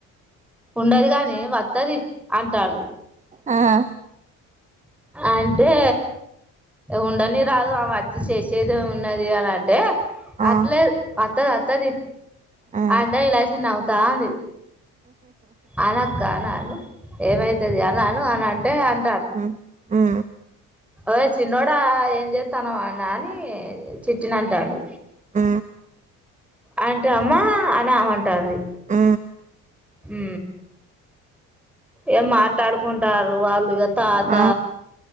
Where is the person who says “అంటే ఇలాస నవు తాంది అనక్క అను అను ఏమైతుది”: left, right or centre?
Centre